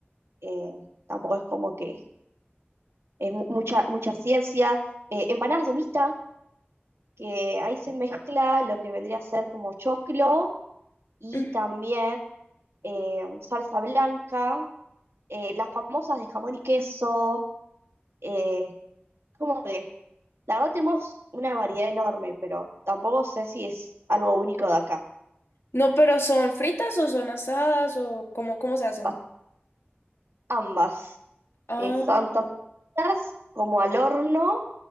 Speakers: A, on the right; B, on the left.
A: eh, tampoco es como que es mu- mucha, mucha ciencia. Eh, empanadas de humita, que ahí se mezcla lo que vendría a ser como choclo y
B: ujú.
A: también eh, salsa blanca, eh, las famosas de jamón y queso, eh, como que la verdad tenemos una variedad enorme, pero tampoco sé si es algo único de acá.
B: No, pero ¿son fritas o son asadas o cómo, cómo se hacen?
A: Pas- Ambas
B: Ah,
A: eh, están tanto fritas como al horno